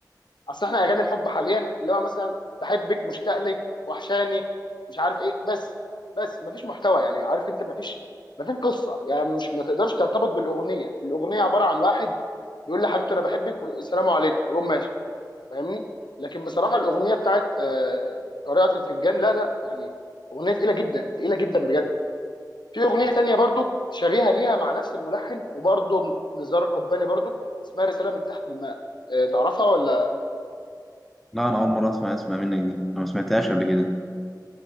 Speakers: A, on the left; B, in the centre.
A: اصل احنا اغاني الحب حاليا اللي هو مثلا بحبك مشتاق لك وحشاني مش عارف ايه بس بس مفيش محتوى يعني عارف انت مفيش مفيش قصه يعني مش ما تقدرش ترتبط بالاغنيه الاغنيه عباره عن واحد بيقول لحبيبته انا بحبك والسلام عليكم ويقوم ماشي فاهمني لكن بصراحه الاغنيه بتاعت آه، قارئة الفنجان لا لا يعني اغنيه تقيله جدا تقيله جدا بجد في اغنيه تانية برضو شبيهه ليها مع نفس الملحن وبرضو نزار قباني برضو اسمها رساله من تحت الماء آه، تعرفها ولا
B: لا أنا أول مرة أسمع اسمع منك دي أنا ما سمعتهاش قبل كده